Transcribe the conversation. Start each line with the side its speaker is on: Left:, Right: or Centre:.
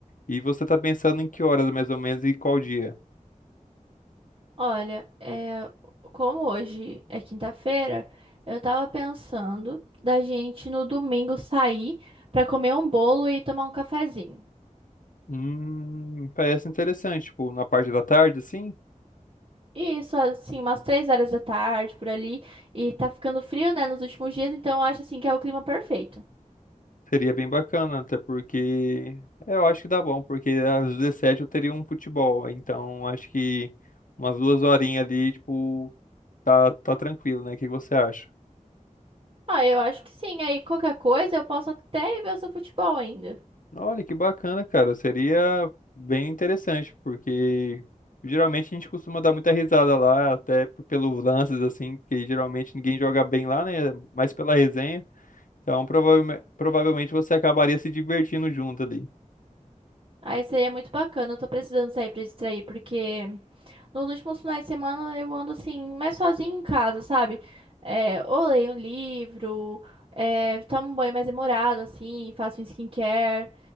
Left: E você tá pensando em que horas mais ou menos e qual dia?
Right: Olha, é, como hoje é quinta-feira, eu tava pensando da gente no domingo sair pra comer um bolo e tomar um cafezinho.
Left: Hum, parece interessante, tipo, na parte da tarde, sim,
Right: E Isso, assim, umas três horas da tarde por ali. E tá ficando frio, né, nos últimos dias, então eu acho assim que é o clima perfeito.
Left: seria bem bacana, até porque é, eu acho que dá bom, porque às 17 eu teria um futebol, então acho que umas duas horinhas ali, tipo, tá, tá tranquilo, né? O que que você acha?
Right: Ah, eu acho que sim. Aí qualquer coisa eu posso até ir ver o seu futebol ainda.
Left: Olha que bacana, cara. Seria bem interessante, porque geralmente a gente costuma dar muita risada lá, até p- pelos lances, assim, que geralmente ninguém joga bem lá, né? Mas pela resenha. Então, provavelme- provavelmente você acabaria se divertindo junto ali.
Right: Aí seria muito bacana. Eu tô precisando sair pra distrair, porque. Nos últimos finais de semana eu ando assim, mais sozinha em casa, sabe? É, ou leio um livro, é, tomo um banho mais demorado, assim, faço um skincare,